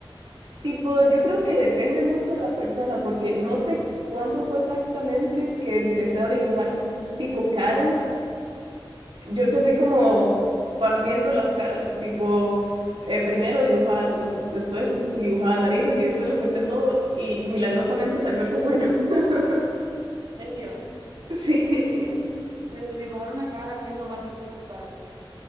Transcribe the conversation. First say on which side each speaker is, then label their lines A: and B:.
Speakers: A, on the right; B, on the right.
A: Tipo, yo creo que depende mucho de la persona, porque no sé cuándo fue exactamente que empecé a dibujar tipo caras. Yo empecé como partiendo las caras, tipo, eh, primero dibujaba los ojos, después em- dibujaba narices y después lo junté todo y milagrosamente salió algo bueno. <laughs>
B: en serio,
A: Sí,
B: pucha. Pero dibujar una cara, ¿qué es lo más difícil para ti?